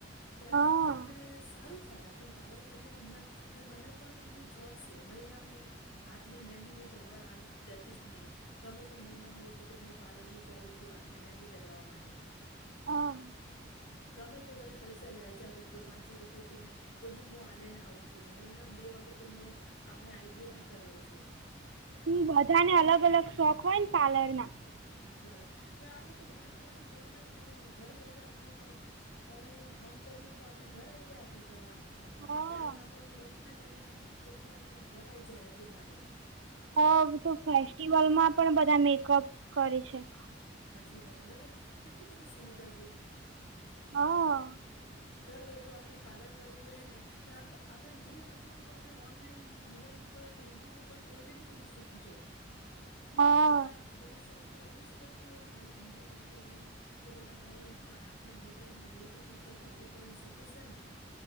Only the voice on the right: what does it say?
હા
હા.
હમ બધાંને અલગ અલગ શોખ હોય ને પાર્લરના.
હા
હ તો ફેસ્ટિવલમાં પણ બધા મેકઅપ કરે છે
હા
હા